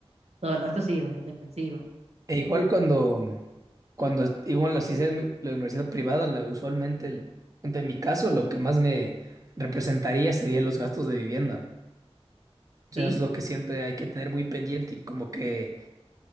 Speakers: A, on the right; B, on the right.
A: todo el resto sí es bastante expensivo.
B: E igual cuando, cuando est- igual las sea en la universidad privada, la- usualmente, el, en mi caso, lo que más me representaría sería los gastos de vivienda. O
A: ¿Sí?
B: sea, es lo que siempre hay que tener muy pendiente y como que